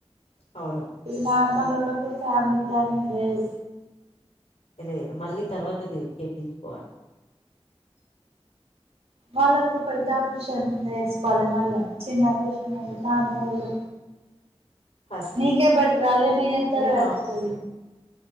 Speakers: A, on the left; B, on the right.
A: అవును
B: ఇ నా మళ్ళ వాళ్లకు ఫ్యామిలీ ప్లానింగ్ లేదు,
A: లేదు మళ్ళీ తర్వాత చేపించుకోవాలి.
B: వాళ్ళకు పెద్ద ఆపరేషన్ వేసుకోవాలి మళ్ళా చిన్న ఆపరేషన్ వాళు నార్మల్ వోళ్ళు,
A: కష్టమే
B: సికే గట్ వాళ్లనే వేతారు కాబట్టి,
A: రా